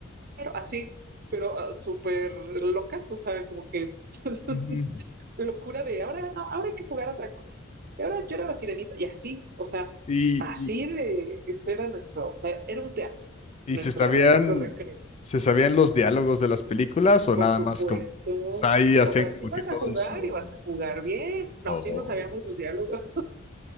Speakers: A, on the right; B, on the left.
A: así, pero uh, súper locas, o sea, como que <laughs>
B: ujú.
A: locura de ahora no, ahora hay que jugar otra cosa. Y ahora yo era la sirenita, y así, o sea,
B: ¿Y,
A: así
B: y,
A: de eso era nuestro, o sea, era un teatro,
B: y
A: nuestra,
B: se sabían,
A: nuestro recreo,
B: se sabían los diálogos de las películas o
A: por
B: nada
A: supuesto.
B: más como, o sea, ahí hacían
A: O sea,
B: como
A: si vas
B: que todo
A: a jugar
B: el show?
A: y vas a jugar bien. No,
B: Oh.
A: sí no sabíamos los diálogos.